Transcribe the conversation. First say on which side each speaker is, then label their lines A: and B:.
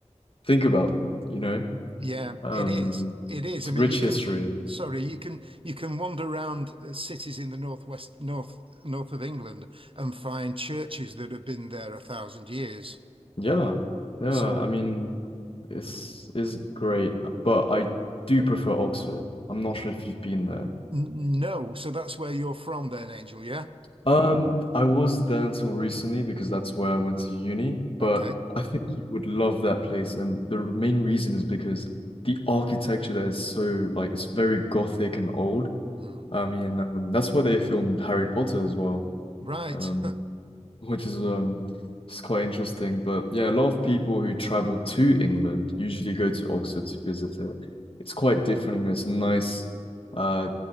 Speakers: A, on the left (about 50°); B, on the right (about 45°).
A: think about, you know.
B: Yeah,
A: Um,
B: it is. It is.
A: it's
B: I mean,
A: rich
B: you
A: history.
B: can, sorry, you can you can wander around uh, cities in the northwest, north north of England and find churches that have been there a thousand years.
A: Yeah, yeah.
B: So
A: I mean, it's it's great, but I do prefer Oxford. I'm not sure if you've been there.
B: n- no, so that's where you're from then, Angel, yeah?
A: Um, I was there until recently because that's where I went to uni, but
B: Okay.
A: I think you would love that place, and the main reason is because the architecture there is so like it's very gothic and old.
B: Hmm.
A: I mean, um, that's where they filmed Harry Potter as well.
B: Right.
A: Um,
B: <laughs>
A: which is um it's quite interesting. But yeah, a lot of people who travel to England usually go to Oxford to visit it. It's quite different, you know, it's a nice uh